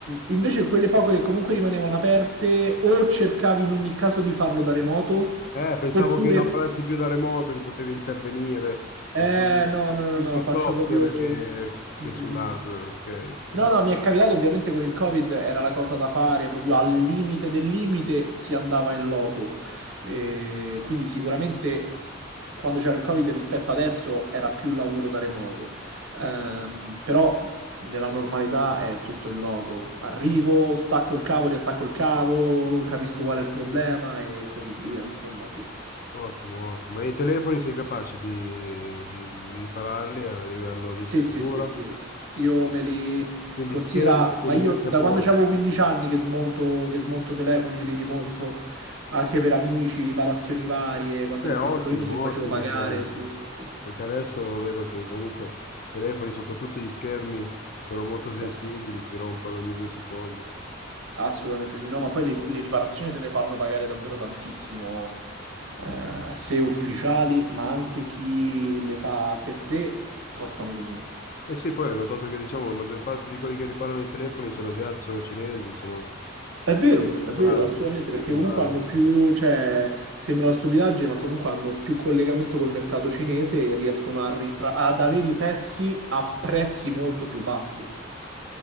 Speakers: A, on the right (about 80°); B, on the left (about 45°).
A: invece quelle poche che comunque rimanevano aperte o cercavi in ogni caso di farlo da remoto
B: eh, pensavo
A: oppure
B: che lavorassi più da remoto, che potevi intervenire,
A: eh,
B: diciamo,
A: no, no,
B: più
A: no, no,
B: sul
A: faccio
B: software
A: proprio...
B: che, che
A: Mm,
B: sull'hardware.
A: mm.
B: Ok, ok.
A: No, no, mi è capitato ovviamente con il Covid, era la cosa da fare, proprio al limite del limite si andava in loco. Eh, quindi sicuramente eh, quando c'era il Covid rispetto adesso era più lavoro da remoto. Ehm, però nella normalità è tutto in loco. Arrivo, stacco il cavo, riattacco il cavo, capisco qual è il problema e così via, insomma, sì.
B: Ottimo, ottimo. E i telefoni sei capace di, di, di ripararli a livello di
A: Sì,
B: struttura?
A: sì, sì, sì. Io me li
B: Quindi
A: considera,
B: schermi
A: ma
B: che li
A: io
B: metti
A: da
B: apposta.
A: quando avevo 15 anni che smonto, che smonto telefoni e li rimonto <laughs> anche per amici, riparazioni varie. Quando
B: Eh,
A: ero
B: ottimo,
A: più piccolino me li facevo
B: ottimo
A: pagare.
B: quello.
A: Sì, sì, sì.
B: Perché adesso vedo che comunque i telefoni, soprattutto gli schermi, sono molto sensibili,
A: Costano.
B: si rompono ogni due secondi.
A: Assolutamente sì, no, ma poi le, le riparazioni se ne fanno pagare davvero tantissimo, eh, se ufficiali, ma anche chi le fa per sé, costano comunque.
B: Eh sì, poi ho notato che diciamo la maggior parte di quelli che riparano i telefoni sono asiatici, sono cinesi, sono,
A: È vero,
B: sono
A: è vero,
B: bravi,
A: assolutamente, perché
B: sono
A: comunque
B: bravi
A: hanno più,
B: forse.
A: cioè, sembra una stupidaggine, ma comunque hanno più collegamento col mercato cinese e riescono a rintra- ad avere i pezzi a prezzi molto più bassi.